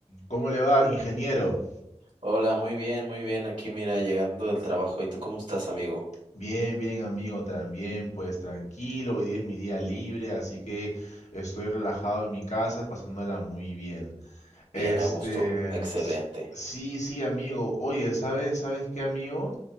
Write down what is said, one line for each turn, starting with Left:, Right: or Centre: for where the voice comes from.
Left: ¿Cómo le va, ingeniero?
Right: Hola, muy bien, muy bien. Aquí, mira, llegando del trabajo. ¿Y tú cómo estás, amigo?
Left: Bien, bien, amigo, también, pues tranquilo, hoy día es mi día libre, así que estoy relajado en mi casa, pasándola muy bien.
Right: Bien,
Left: Este,
Right: a gusto. Excelente.
Left: s- sí, sí, amigo. Oye, ¿sabes, sabes qué, amigo?